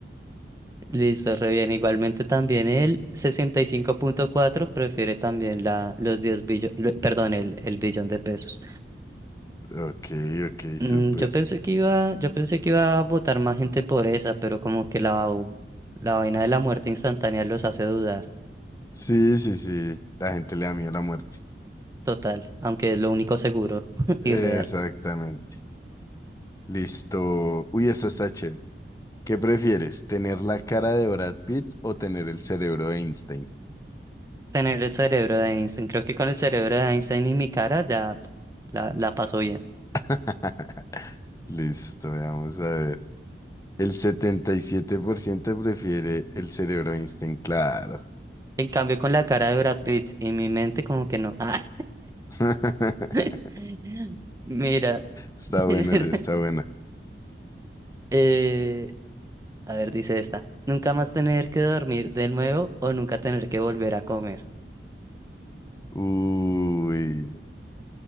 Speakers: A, on the right; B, on the left.
A: Listo, re bien. Igualmente también el sesenta y cinco punto cuatro prefiere también la, los 10 billones, perdón, el, el billón de pesos.
B: Ok, ok,
A: Mm,
B: súper.
A: yo pensé que iba, yo pensé que iba a votar más gente por esa, pero como que la, u- la vaina de la muerte instantánea los hace dudar.
B: Sí, sí, sí. La gente le da miedo a la muerte.
A: Total, aunque es lo único seguro <laughs>
B: Exactamente.
A: y real.
B: Listo. Uy, esta está chévere. ¿Qué prefieres? ¿Tener la cara de Brad Pitt o tener el cerebro de Einstein?
A: Tener el cerebro de Einstein. Creo que con el cerebro de Einstein y mi cara ya pf, la, la paso bien.
B: <laughs> Listo, vamos a ver. El 77% prefiere el cerebro de Einstein, claro.
A: En cambio, con la cara de Brad Pitt y mi mente, como que no. Ah.
B: <laughs>
A: <laughs> Mira, <laughs>
B: Está bueno,
A: tener.
B: está buena.
A: eh, a ver, dice esta. Nunca más tener que dormir de nuevo o nunca tener que volver a comer.
B: Uy.